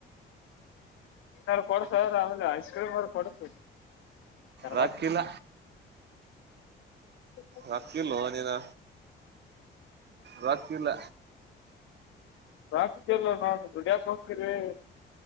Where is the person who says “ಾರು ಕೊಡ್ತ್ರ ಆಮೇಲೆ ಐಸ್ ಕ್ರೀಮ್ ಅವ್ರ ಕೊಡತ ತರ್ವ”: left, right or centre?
Left